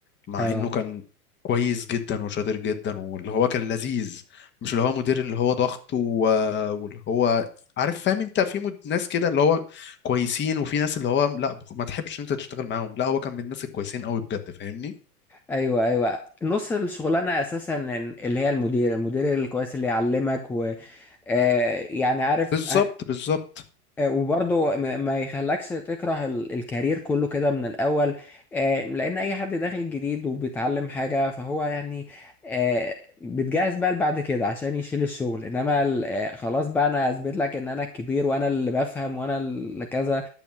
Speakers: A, on the left (about 25°); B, in the centre.
A: مع
B: اه
A: انه كان كويس جدا وشاطر جدا واللي هو كان لذيذ مش اللي هو مدير اللي هو ضغط و- واللي هو عارف فاهم انت في مد... ناس كده اللي هو كويسين وفي ناس اللي هو لا ما تحبش انت تشتغل معاهم لا هو كان من الناس الكويسين قوي بجد فاهمني
B: ايوه ايوه نص الشغلانه اساسا إن- اللي هي المدير المدير الكويس اللي يعلمك و آه، يعني عارف
A: بالظبط
B: آه،
A: بالظبط
B: آه، وبرضه م- ما يخلكش تكره ال- الكارير كله كده من الاول آه، لان اي حد داخل جديد وبيتعلم حاجه فهو يعني آه، بتجهز بقى بعد كده عشان يشيل الشغل انما ال- آه، خلاص بقى انا اثبت لك ان انا الكبير وانا اللي بفهم وانا اللي كذا